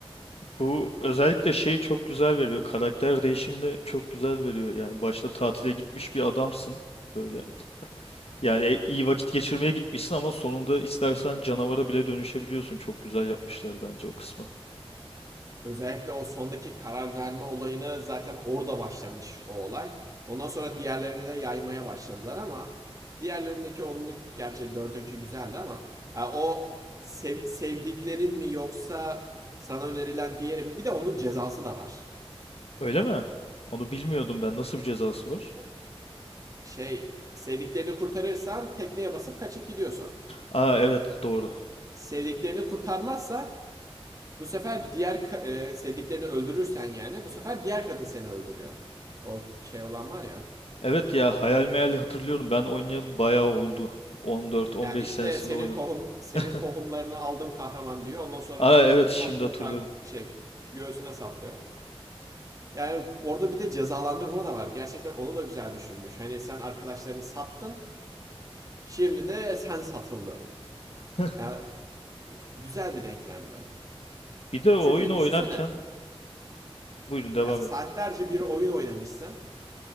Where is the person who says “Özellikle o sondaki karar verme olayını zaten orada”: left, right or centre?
Right